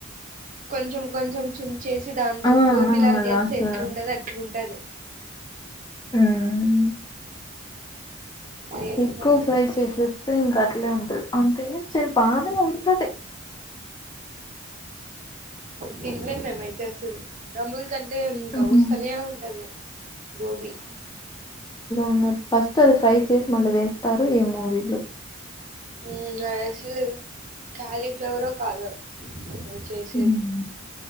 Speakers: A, on the right; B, on the left.
A: కొంచం కొంచం చు చేసి దాంతో
B: ఆ!
A: గోబీలాగా
B: ఆ!
A: చేస్తే
B: లాస్ట్‌లో
A: ఎట్లుంటది అట్లుంటది
B: ఉమ్.
A: అట్లా చేస్తారు
B: ఎక్కువ ఫ్రై చేసేస్తే ఇంక అట్లే ఉంటది అంతే. బానే
A: అసలు
B: ఉంటది.
A: తిన్లే మేమ్ అయితే అసలు నముల్. ఎందుకంటే ఇంకా
B: హ్మ్.
A: వస్తనే ఉంటది గోబీ
B: ఉన్నట్డు ఫస్ట్ అది ఫ్రై చేసి మళ్ళీ వేస్తారు ఏమో వీళ్ళు
A: ఉమ్ అసలు క్యాలీఫ్లవరో కాదో చేసేది
B: మ్మ్